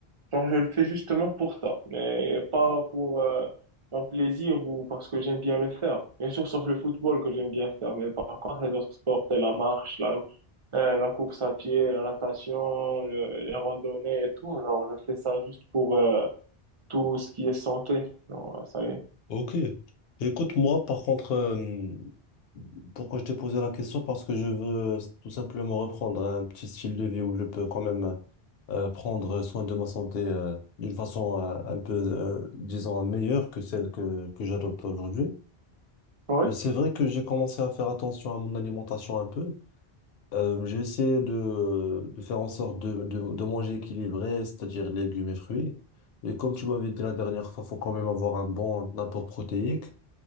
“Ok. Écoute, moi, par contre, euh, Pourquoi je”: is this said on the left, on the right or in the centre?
Left